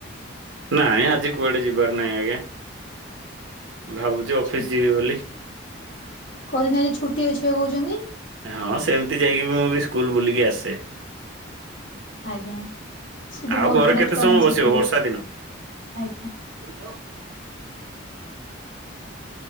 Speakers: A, on the right; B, on the left.
A: ନାଇଁ ଆଜି କୁଆଡେ ଯିବାର ନାହିଁ ଆଜ୍ଞା। ଭାବୁଚି ଅଫିସ
B: ଛୁଟି
A: ଯିବି ବୋଲି।
B: କହୁଛନ୍ତି ଆଜି ଛୁଟି ଅଛି ପା କହୁଛନ୍ତି।
A: ହଁ ସେମିତି ଯାଇକି ବି ମୁଁ ବି ସ୍କୁଲ ବୁଲିକି ଆସେ।
B: ଆଜ୍ଞା। ସେଠି
A: ଆଉ
B: ବହୁତ
A: ଘରେ
B: ବଢିଆ
A: କେତେ
B: ଛୁଆ
A: ସମୟ
B: ମାନେ
A: ବସିବ
B: ସବୁ ଥିବେ।
A: ବର୍ଷା ଦିନ।
B: ଆଜ୍ଞା।
A: <unintelligible>